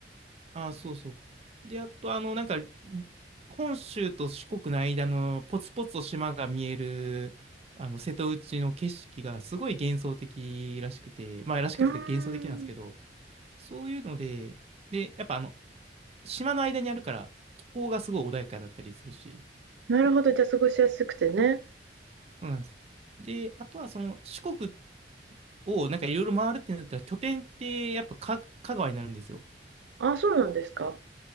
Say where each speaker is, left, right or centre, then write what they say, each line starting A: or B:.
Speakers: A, on the right (about 35°); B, on the right (about 80°).
A: ああ、そうそう。で、あと、あの、なんか、本州と四国の間のポツポツと島が見える、あの、瀬戸内の景色がすごい幻想的らしくて、まあ、らしくて幻想的なんですけど、
B: うーん。
A: そういうので、で、やっぱあの、島の間にあるから、気候がすごい穏やかだったりするし、
B: なるほど、じゃ、過ごしやすくてね。
A: そうなんです。で、あとはその、四国をなんかいろいろ回るってなったら、拠点ってやっぱか香川になるんですよ。
B: ああ、そうなんですか。